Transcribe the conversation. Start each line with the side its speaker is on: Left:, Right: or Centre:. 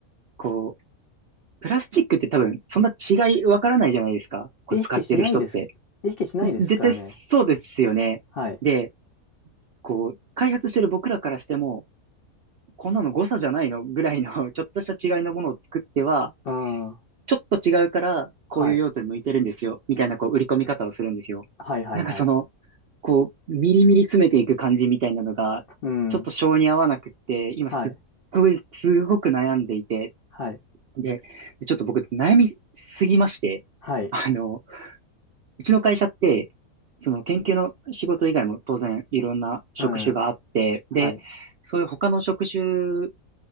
Right: こう、プラスチックって多分そんな違いわからないじゃないですか。こう使ってる人って。
Left: 意識しないです。意識しないですからね。
Right: 絶対そうですよね。
Left: はい。
Right: で、こう、開発してる僕らからしても、こんなの誤差じゃないのぐらいの <laughs> ちょっとした違いのものを作っては、
Left: うん。は
Right: ちょっと違うから、こういう用途に向いてるんですよ、
Left: い。
Right: みたいな、こう、売り込み方をするんですよ。
Left: はいはいはい。
Right: なんかその、こう、ミリミリ詰めていく感じみたいなのが、
Left: うん。
Right: ちょっと性に合わなくって、今すっごい、
Left: はい。
Right: すごく悩んでいて、
Left: はい。
Right: で、ちょっと僕、悩みすぎまして、
Left: はい。
Right: あの、うちの会社って、その研究の仕事以外も当然いろんな職種があって、
Left: うん。はい。
Right: で、そういう他の職種